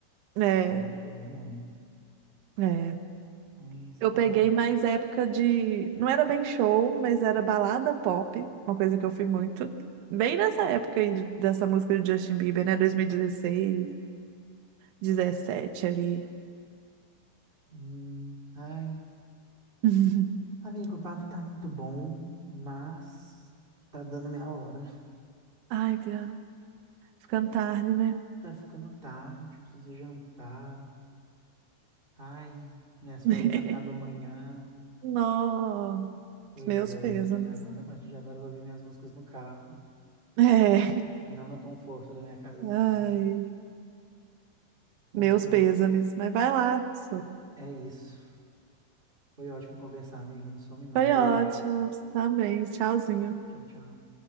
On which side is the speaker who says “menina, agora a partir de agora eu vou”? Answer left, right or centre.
Right